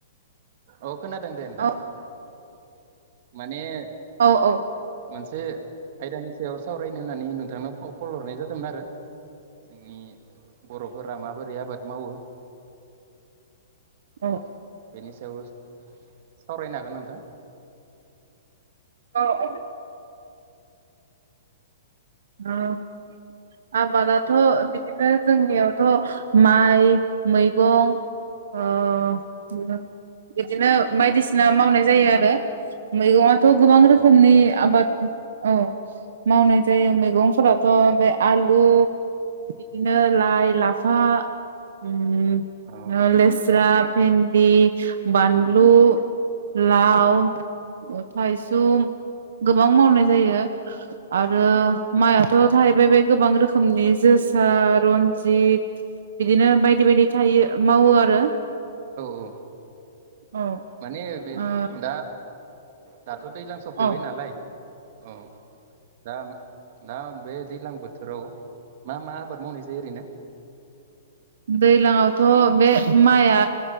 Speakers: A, on the right; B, on the right.
A: औ खोनादों दे नोंथां।
B: औ
A: <unintelligible>
B: औ औ।
A: मोनसे आयदानि सायाव सावरायनो होननानै नोंथांनो क-कल हरनाय जादोंमोन आरो जोंनि बर'फोरा माबोरै रै आबाद मावो
B: औ
A: ओ बेनि सायाव सावरायनो हागोनना नोंथां?
B: औ औ। ओ आबादाथ' बिदिनो जोंनियावथ' माइ, मैगं ओ <unintelligible> बिदिनो बायदिसिना मावनाय जायो आरो। मैगंआथ' गोबां
A: औ
B: रोखोमनि आबाद औ मावनाय जायो। मैगंफोराथ' ओमफ्राय आलु बिदिनो लाइ, लाफा, ओम
A: औ
B: लेस्रा, भेन्दि, बानलु, लाव, थाइसुम गोबां मावनाय जायो आरो माइआथ' थाहैबाय बे गोबां रोखोमनि जोसा, रन्जित बिदिनो बायदि बायदि थायो मावो आरो।
A: औ
B: औ
A: माने बे
B: ओ
A: दा दाथ' दै फैबाय
B: औ
A: नालाय औ दा दा बे दैज्लां बोथोराव मा मा आबाद मावनाय जायो ओरैनो?
B: दैलांआवथ' बे माइआ